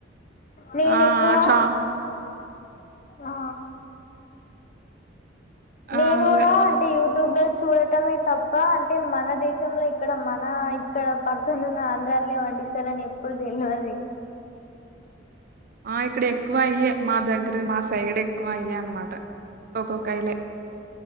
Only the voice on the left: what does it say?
నేను
ఎక్కువ
ఆ నేను
కూడా అంటే యూట్యూబ్ లో చూడటమే తప్ప అంటే మన దేశంలో ఇక్కడ మన ఇక్కడ పక్కనున్న ఆంధ్రాలొని పండిస్తారని ఎప్పుడు తెలివది